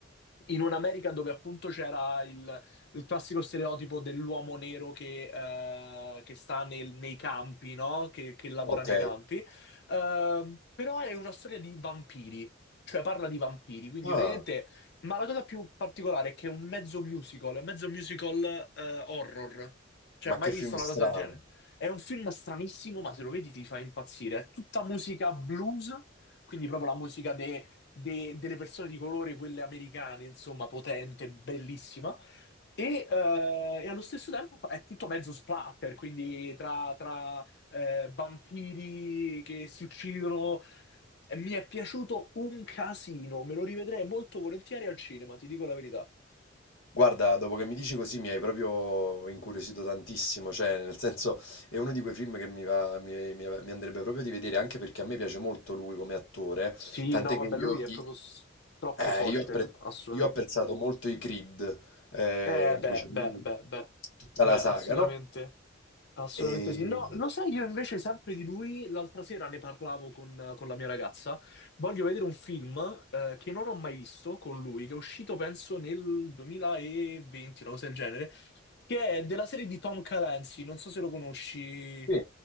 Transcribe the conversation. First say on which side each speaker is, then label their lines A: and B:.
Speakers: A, on the left; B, on the left.
A: In un'America dove appunto c'era il, il classico stereotipo dell'uomo nero che, eh, che sta nel- nei campi, no? Che, che lavora
B: ok.
A: nei campi. Ehm, però è una storia di vampiri, cioè parla di vampiri, quindi
B: Ah,
A: praticamente... Ma la cosa più particolare è che è un mezzo musical, è un mezzo musical eh, horror. Cioè,
B: ma
A: mai
B: che film
A: visto
B: strano.
A: una cosa del genere? È un film stranissimo, ma se lo vedi ti fa impazzire. È tutta musica blues, quindi proprio la musica de- de- delle persone di colore, quelle americane, insomma, potente, bellissima. E, eh, e allo stesso tempo è tutto mezzo splatter, quindi tra, tra eh, vampiri che si uccidono. Mi è piaciuto un casino, me lo rivedrei molto volentieri al cinema, ti dico la verità.
B: Guarda, dopo che mi dici così mi hai proprio incuriosito tantissimo, cioè nel senso è uno di quei film che mi va, mi, mi- mi andrebbe proprio di vedere, anche perché a me piace molto lui come attore,
A: Sì,
B: tant'è
A: no, vabbè,
B: che io,
A: lui è
B: i-
A: proprio s- troppo
B: eh,
A: forte,
B: io, ho appre-
A: assolutamente.
B: io ho apprezzato molto i Creed, eh,
A: Eh,
B: in
A: beh,
B: cui c'è lui,
A: beh, beh, beh,
B: tutta
A: beh,
B: la saga,
A: assolutamente,
B: no?
A: assolutamente
B: E...
A: sì. No, lo sai, io invece sempre di lui, l'altra sera ne parlavo con, con la mia ragazza, voglio vedere un film eh, che non ho mai visto con lui, che è uscito penso nel 2020, una cosa del genere, che è della serie di Tom Clancy, non so se lo conosci,
B: Sì,